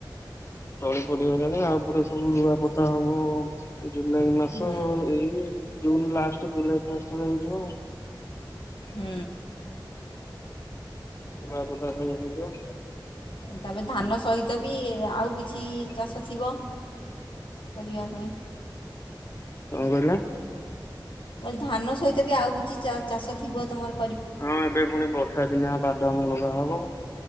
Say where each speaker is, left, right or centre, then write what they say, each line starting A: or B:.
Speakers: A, on the left (about 35°); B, on the left (about 85°).
A: ତଳି ପଡ଼ି ଗଲାଣି ଆ ପରେ ସବୁ ରୁଆ ପୋତା ହବ ଆଉ। ଜୁଲାଇ ମାସ
B: ହୁଁ
A: ଏଇ ଜୁନ ଲାଷ୍ଟ ଜୁଲାଇ ପାଞ୍ଚରେ ତଳେ ହେଇଯିବ ଆଉ
B: ହୁଁ।
A: ଧୁଆ ପୋତା ସବୁ ହେଇଯିବ।
B: ତାପରେ ଧାନ ସହିତ ବି ଆଉ କିଛି ଚାଷ ଥିବ କରିବା ପାଇଁ?
A: କଣ କହିଲେ?
B: ମୁଁ କହିଲି ଧାନ ସହିତ ବି ଆଉ କିଛି ଚାଷ ଥିବ ତମର
A: ହଁ ଏବେ ପୁଣି ବର୍ଷା ଦିନଆ ବାଦାମ ଲଗା ହବ।